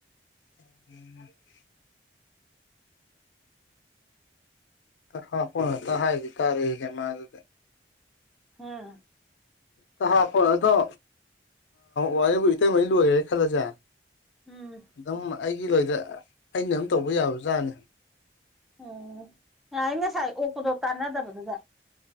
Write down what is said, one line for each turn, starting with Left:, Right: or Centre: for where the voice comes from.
Left: <unintelligible> ꯑꯍꯥ ꯍꯣꯏꯉꯥꯇ ꯍꯥꯏꯒꯤ ꯇꯥꯔꯦ ꯌꯥꯝꯜꯗꯤ
Centre: ꯍꯝ꯫
Left: ꯇ ꯍꯥꯞꯈꯣꯏ ꯑꯗꯣ ꯋꯥ ꯏꯇꯩꯃꯔꯤ ꯂꯣꯏꯈꯔꯦ ꯈꯜꯂꯁꯦ
Centre: ꯎꯝ꯫
Left: ꯑꯗꯨꯝ ꯑꯩꯒꯤ ꯂꯣꯏꯗ ꯑꯩꯅ ꯑꯗꯨꯝ ꯇꯧꯕ ꯌꯥꯕꯖꯥꯠꯅꯤ꯫
Centre: ꯎꯝ ꯑꯩ ꯉꯁꯥꯏ ꯑꯣꯄꯗꯣ ꯇꯥꯟꯅꯗꯕꯗꯨꯗ꯫